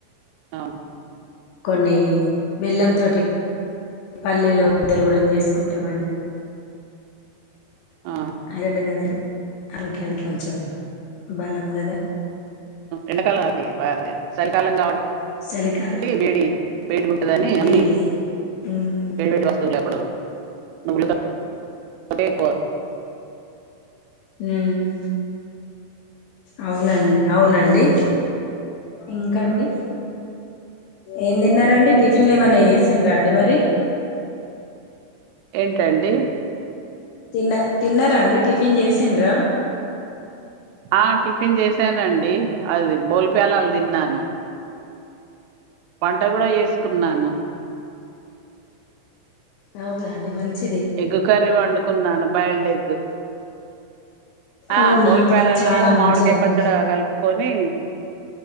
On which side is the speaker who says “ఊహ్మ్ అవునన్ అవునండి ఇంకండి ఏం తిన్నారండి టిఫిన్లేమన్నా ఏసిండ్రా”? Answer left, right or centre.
Left